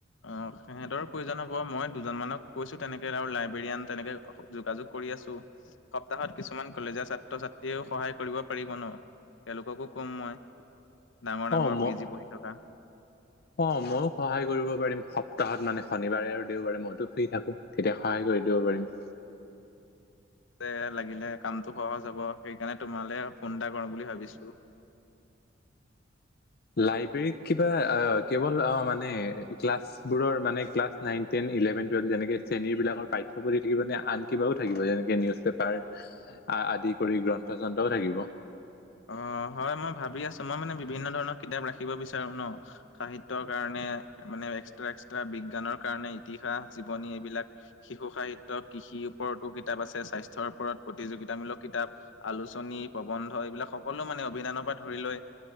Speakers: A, on the left; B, on the left.
A: অ' সিহঁতৰো প্ৰয়োজন হ'ব মই দুজন মানক কৈছোঁ তেনেকে আৰু লাইব্ৰেৰয়ান তেনেকে যোগা যোগ কৰি আছোঁ সপ্তাহত কিছুমান কলেজৰ ছাত্ৰ ছাত্ৰীয়েও সহায় কৰিব পাৰিব ন'। তেওঁলোককো ক'ম মই, ডাঙৰ
B: অ
A: ডাঙৰ
B: ম
A: পি জি পঢ়ি থকা।
B: অ' ময়ো সহায় কৰিব পাৰিম সপ্তাহত মানে শনিবাৰে আৰু দেওবাৰে মইতো ফ্ৰী থাকো তেতিয়া সহায় লৈ দিব পাৰিম।
A: অ <unintelligible> লাগিলে কামটো সহজ হ'ব সেইকাৰণে তোমালৈ ফোন এটা কৰিম বুলি ভাবিছোঁ। <inaudible>
B: লাইব্ৰেৰীত কিবা অ' কেৱল অ' মানে ক্লাছবোৰৰ মানে ক্লাছ নাইন, টেইন, ইলে ইলেভেন, টুৱেলভ যেনেকে শ্ৰেণীবিভাজন পাঠ্যপুথি থাকিব নে আন কিবাও থাকিব যেনেকে নিউজ পেপাৰ আ আদি কৰি গ্ৰন্থ যন্ত্ৰও থাকিব।
A: অ' হয় মই ভাবি আছোঁ মই মানে বিভিন্ন ধৰণৰ কিতাপ ৰাখিব বিচাৰো ন' সাহিত্যৰ কাৰণে এ মানে এক্সট্ৰা এক্সট্ৰা বিজ্ঞানৰ কাৰণে ইতিহাস জীৱনী এইবিলাক শিশু সাহিত কৃষিৰ ওপৰতো কিতাপ আছে স্বাস্থ্যৰ ওপৰত প্ৰতিযোগিতামূলক কিতাপ আলোচনী প্ৰবন্ধ এইবিলাক সকলো মানে অভিধানৰ পৰা ধৰি লৈ